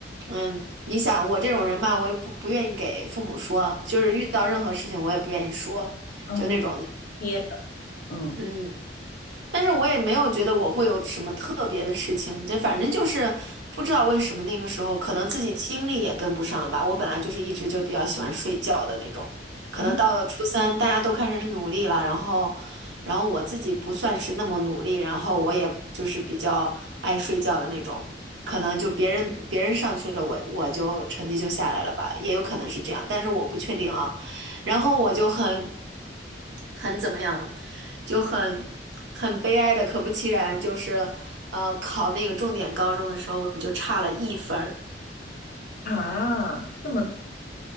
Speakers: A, on the right; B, on the left.
A: 嗯，你想我这种人吧，我也不不愿意给父母说，就是遇到任何事情我也不愿意说，
B: 哦，
A: 就那种的，
B: 憋着，嗯，
A: 嗯。但是我也没有觉得我会有什么特别的事情，就反正就是不知道为什么那个时候可能自己精力也跟不上了吧。我本来就是一直就比较喜欢睡觉的那种，可能到了初三大家都开始努力了，
B: 哦
A: 然后，然后我自己不算是那么努力，然后我也就是比较爱睡觉的那种，可能就别人别人上去了，我我就成绩就下来了吧，也有可能是这样，但是我不确定啊。然后我就很很怎么样，就很很悲哀的，可不其然，就是呃考那个重点高中的时候，我就差了一分儿
B: 啊，这么，